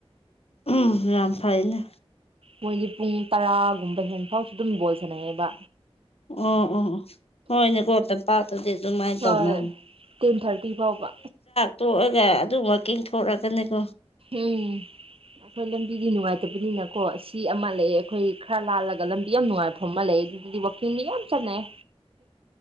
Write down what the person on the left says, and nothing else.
ꯎꯝ ꯌꯥꯝ ꯐꯩꯅꯦ
ꯑꯣ ꯑꯣ ꯑꯣ ꯍꯣꯏꯅꯦꯀꯣ ꯇꯝꯄꯥꯛꯇꯗꯤ ꯑꯗꯨꯃꯥꯏ
ꯇꯧꯅ
ꯇꯣꯛꯑꯒ ꯑꯗꯨꯝ ꯋꯥꯀꯤꯡ ꯊꯣꯔꯛꯒꯅꯤꯀꯣ